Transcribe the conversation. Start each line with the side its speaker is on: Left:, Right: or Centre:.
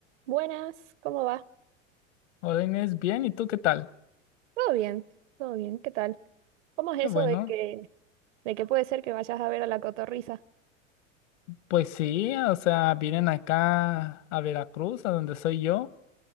Right: Buenas, ¿cómo va?
Left: Hola Inés, bien, ¿y tú qué tal?
Right: Todo bien, todo bien, ¿qué tal? ¿Cómo es
Left: Qué
Right: eso
Left: bueno.
Right: de que, de que puede ser que vayas a ver a la Cotorrisa?
Left: Pues sí, o sea, vienen acá a Veracruz, a donde soy yo,